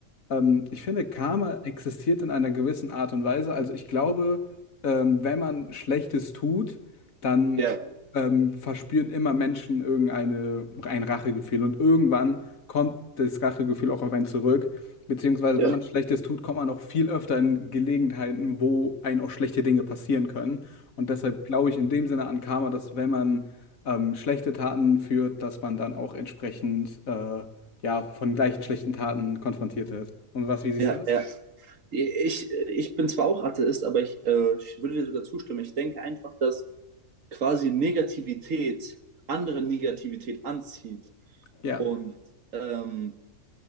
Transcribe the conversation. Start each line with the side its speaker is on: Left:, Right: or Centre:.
Left: ähm, ich finde, Karma existiert in einer gewissen Art und Weise. Also ich glaube, ähm, wenn man Schlechtes tut, dann
Right: ja,
Left: ähm, verspüren immer Menschen irgendeine, ein Rachegefühl. Und irgendwann kommt das Rachegefühl auch auf einen zurück. Beziehungsweise,
Right: ja.
Left: wenn man Schlechtes tut, kommt man auch viel öfter in Gelegenheiten, wo einem auch schlechte Dinge passieren können. Und deshalb glaube ich in dem Sinne an Karma, dass wenn man ähm, schlechte Taten führt, dass man dann auch entsprechend äh, ja, von gleichen schlechten Taten konfrontiert wird. Und was, wie siehst
Right: ja,
Left: du das?
Right: ja. Ich, ich bin zwar auch Atheist, aber ich, äh, ich würde dir sogar zustimmen. Ich denke einfach, dass quasi Negativität andere Negativität anzieht
Left: Ja,
Right: und ähm,